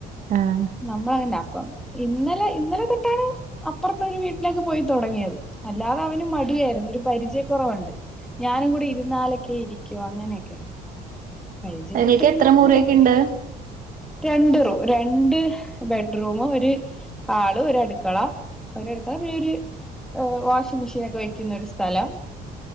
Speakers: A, on the right; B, in the centre.
A: ആഹ്
B: നമ്മളങ്ങനെ അപ്പം. ഇന്നലെ ഇന്നലെ തൊട്ടാണ് അപ്പുറത്തെ ഒരു വീട്ടിലേക്ക് പോയി തുടങ്ങിയത്. അല്ലാതെ അവന് മടിയായിരുന്നു. ഒരു പരിചയക്കുറവുണ്ട്. ഞാനും കൂടി ഇരുന്നാലൊക്കെ ഇരിക്കു. അങ്ങനെയൊക്കെയാണ് പരിചയപ്പെട്ടു
A: നിങ്ങൾക്ക്
B: കഴിഞ്ഞാ
A: എത്ര മുറിയൊക്കെ
B: പിന്നെ കൊഴപ്പില്ല.
A: ഇണ്ട്
B: രണ്ട് റൂ രണ്ട് ബെഡ്റൂമ് ഒരു ഹാള് ഒരടുക്കള. ഒരടുക്കള പിന്നെ ഒരു ഓ വാഷിംഗ്‌ മെഷീനൊക്കെ വെയ്ക്കുന്ന ഒരു സ്ഥലം.